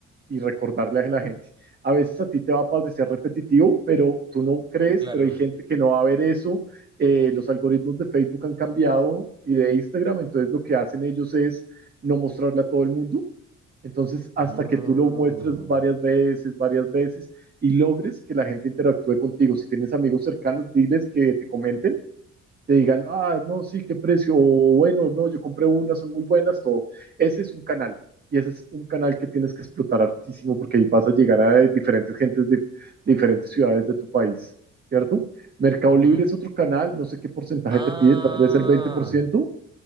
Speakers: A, on the right; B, on the right.
A: y recordarle a la gente. A veces a ti te va a parecer repetitivo, pero tú no crees,
B: claro.
A: pero hay gente que no va a ver eso. Eh, los algoritmos de Facebook han cambiado y de Instagram, entonces lo que hacen ellos es no mostrarle a todo el mundo. Entonces,
B: Mm,
A: hasta que tú lo muestres varias veces, varias veces y logres que la gente interactúe contigo. Si tienes amigos cercanos, diles que te comenten te digan, ah, no, sí, qué precio, o bueno, no, yo compré unas son muy buenas, todo. Ese es un canal. Y ese es un canal que tienes que explotar hartísimo porque ahí vas a llegar a diferentes gentes de diferentes ciudades de tu país, ¿cierto? Mercado
B: ujú.
A: Libre es otro canal, no sé qué porcentaje
B: Ah.
A: te pide, tal vez el 20%.